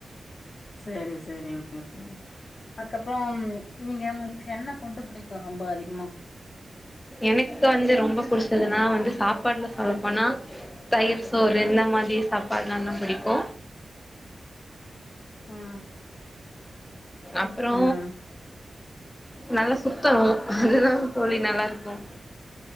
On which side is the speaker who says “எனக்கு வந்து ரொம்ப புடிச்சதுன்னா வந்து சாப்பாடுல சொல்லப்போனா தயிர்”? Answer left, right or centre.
Left